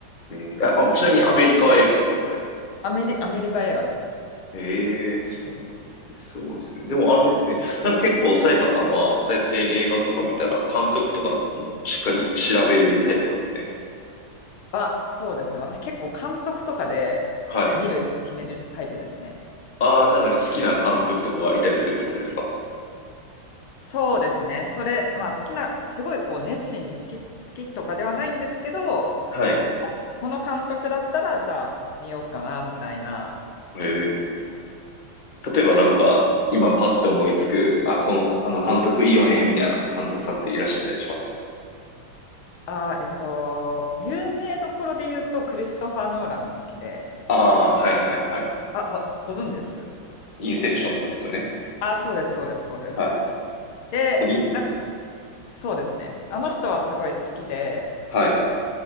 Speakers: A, on the left; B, on the left.
A: えー、あ、あちなみにアメリカ映画ですか、それ。
B: アメリ、アメリカ映画です。
A: ええそうなんですね。すごいですね。でもあれですね。なんか結構、さやかさんは、そうやって映画とか見たら、監督とかのこともしっかり調べるタイプなんですね。
B: は、そうですね。私結構監督とかで見る、
A: はい。
B: 決めるタイプですね。
A: ああ、じゃあなんか好きな監督とかがいたりするってことですか
B: そうですね。それ、まあ好きな、すごいこう熱心に好き、好きとかではないんですけど、
A: はい。へ
B: この監督だったら、じゃあ見ようかな、みたいな
A: え例えばなんか、今パッと思いつく、あ、この、あの監督いいよね、みたいな監督さんっていらっしゃったりします
B: あー、えっと、有名どころで言うと、クリストファー・ノーランが好きで、
A: ああー、はいはいは
B: あ、あご存知です
A: い。インセプションとかですよね。
B: あ、そうです、そうです、そうです。
A: はい。
B: で、
A: そう、いいですよね。
B: なんか、そうですね。あの人はすごい好きで、
A: はい。